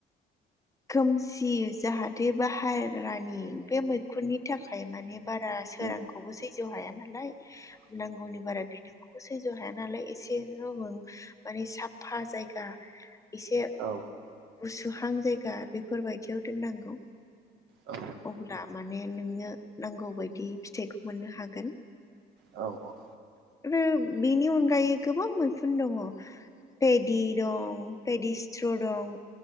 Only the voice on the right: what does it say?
उम
<inaudible>
औ
औ
औ औ